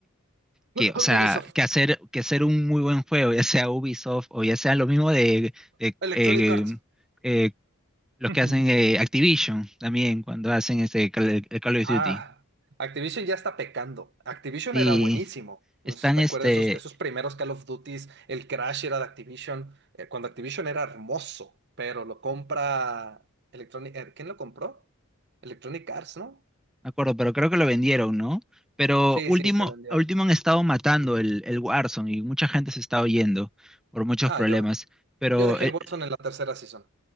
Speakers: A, in the centre; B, on the right.
A: que,
B: <clears throat>
A: o sea,
B: Ubisoft.
A: que hacer, que hacer un muy buen juego, ya sea Ubisoft o ya sea lo mismo de, de,
B: Electronic
A: eh,
B: Arts.
A: eh, los
B: <laughs>
A: que hacen eh, Activision también cuando hacen este Call, el Call of
B: Ah,
A: Duty.
B: Activision ya está pecando. Activision
A: Y
B: era buenísimo.
A: están
B: No sé si te
A: este,
B: acuerdas esos, esos primeros Call of Duties, el Crash era de Activision, eh, cuando Activision era hermoso, pero lo compra Electronic, eh, ¿quién lo compró? Electronic Arts, ¿no?
A: me acuerdo, pero creo que lo vendieron, ¿no? Pero
B: Sí,
A: último,
B: sí, se vendió.
A: a último han estado matando el, el Warzone y mucha gente se está oyendo por muchos
B: Ah,
A: problemas.
B: yo,
A: Pero,
B: Yo dejé
A: eh,
B: el Watson en la tercera season.